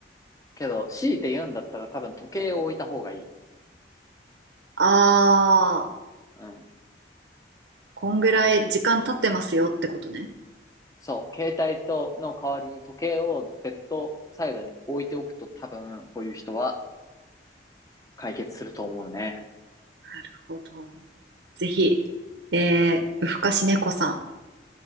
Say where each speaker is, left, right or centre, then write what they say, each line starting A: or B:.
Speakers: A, on the left; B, on the right.
A: けど、強いて言うんだったら多分時計を置いた方がいい。
B: ああ、
A: うん。
B: こんぐらい時間経ってますよってことね。
A: そう、携帯との代わりに時計をベッドサイドに置いておくと多分、こういう人は解決すると思うね。
B: なるほど。ぜひ、えー、夜更かし猫さん。